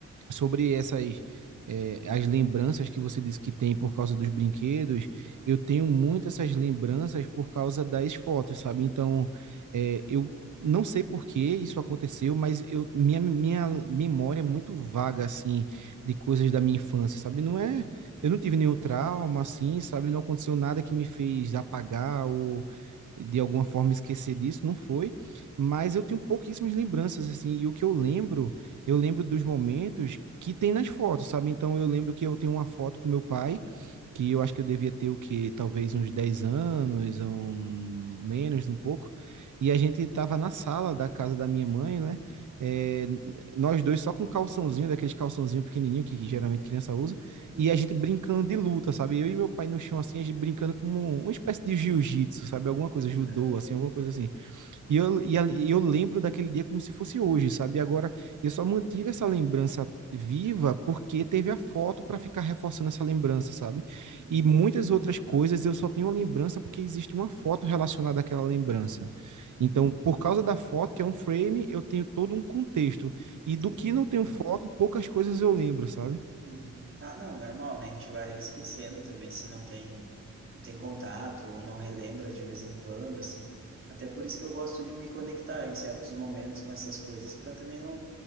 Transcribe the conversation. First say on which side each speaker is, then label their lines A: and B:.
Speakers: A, on the right; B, on the right.
A: sobre essas, eh, as lembranças que você disse que tem por causa dos brinquedos, eu tenho muito essas lembranças por causa das fotos, sabe? Então, eh, eu não sei por que isso aconteceu, mas eu, minha, minha memória é muito vaga, assim, de coisas da minha infância, sabe? Não é, eu não tive nenhum trauma, assim, sabe? Não aconteceu nada que me fez apagar ou de alguma forma esquecer disso, não foi, mas eu tenho pouquíssimas lembranças, assim, e o que eu lembro, eu lembro dos momentos que tem nas fotos, sabe? Então eu lembro que eu tenho uma foto com meu pai, que eu acho que eu devia ter o que talvez uns 10 anos ou menos um pouco e a gente estava na sala da casa da minha mãe né é, nós dois só com calçãozinho daqueles calçãozinho pequenininho que, que, geralmente criança usa
B: uhum,
A: e a gente brincando de luta sabe eu e meu pai no chão assim a gente brincando como uma espécie de jiu-jitsu sabe alguma coisa judô
B: uhum,
A: assim alguma coisa assim e eu, e a- e eu lembro daquele dia como se fosse hoje, sabe? E agora eu só mantive essa lembrança viva porque teve a foto para ficar reforçando essa lembrança, sabe?
B: uhum,
A: E muitas outras coisas eu só tenho a lembrança porque existe uma foto relacionada àquela lembrança. Então, por causa da foto, que é um frame, eu tenho todo um contexto. E do
B: uhum.
A: que não tenho foto, poucas coisas eu lembro, sabe?
B: Uhum. Ah, não, normal, né? A gente vai esquecendo também se não tem, não tem contato ou não relembra de vez em quando, assim. Até por isso que eu gosto de me conectar em certos momentos com essas coisas, para também não.